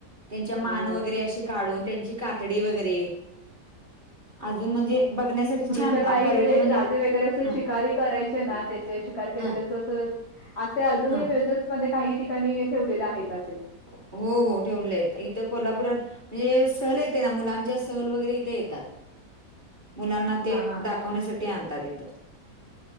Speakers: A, on the right; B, on the left.
A: त्यांची मान
B: अरे वाह!
A: वगैरे काढून त्याची कातडी वगैरे, अजून म्हणजे बघण्यासाठी छान
B: च्या काळी
A: अ, पर्यटन
B: म्हणजे राजे वगैरे असे
A: हा
B: शिकारीही करायचे ना त्याचे शिकार केलेल्याच
A: हा
B: अस आज ते अजूनही
A: हा
B: म्युझियम्स मध्ये काही ठिकाणी ठेवलेले आहेत असे.
A: हो हो ठेवले आहेत. इथ कोल्हापुरात म्हणजे सहल येते ना मुलांच्या. सहल वगैरे इथे येतात. मुलांना ते
B: हां, हां.
A: दाखवण्यासाठी. ते आणत इथ‌.